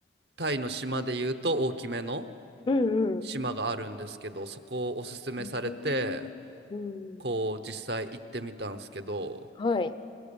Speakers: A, on the right; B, on the left.
A: タイの島でいうと大きめの
B: うんうん。
A: 島があるんですけどそこをおすすめされて
B: えーうん。
A: こう実際行ってみたんですけど
B: はい。